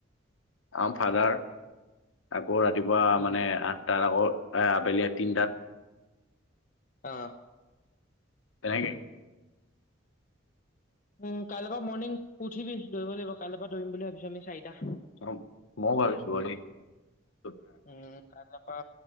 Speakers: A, on the left (about 80°); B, on the left (about 40°).
A: আমাৰ ফাদাৰ, আকৌ ৰাতিপুৱা
B: উম
A: মানে, আঠটাত আকৌ আ আবেলি তিনটাত
B: অ'
A: তেনে--কে
B: উম, কাইলৈপা পৰা মৰ্ণিং উঠিবি দৌৰিব লাগিব, কাইলৈ পৰা দৌৰিম বুলি ভাবিছো আমি চাৰিটা।
A: অ মোবাইল চোৰেি <unintelligible>
B: উম, কাইলৈপা,